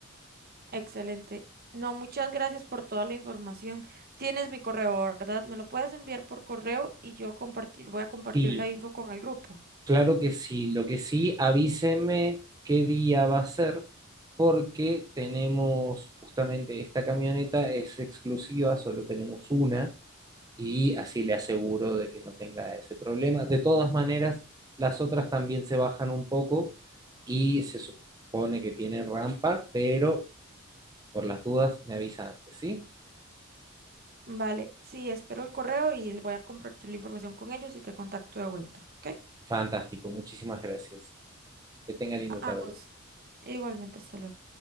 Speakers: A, on the right; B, on the right.
A: Excelente. No, muchas gracias por toda la información. Tienes mi correo, ¿verdad? Me lo puedes enviar por correo y yo compartir, voy a compartir
B: Sí,
A: la info con el grupo.
B: Claro que sí, lo que sí, avíseme qué día va a ser, porque tenemos justamente esta camioneta, es exclusiva, solo tenemos una, y así le aseguro de que no tenga ese problema. De todas maneras, las otras también se bajan un poco y se supone que tienen rampa, pero por las dudas me avisa antes, ¿sí?
A: Vale, sí, espero el correo y voy a compartir la información con ellos y te contacto de vuelta, ¿ok?
B: Fantástico, muchísimas gracias. Que tenga linda tarde.
A: A vos. Igualmente, hasta luego.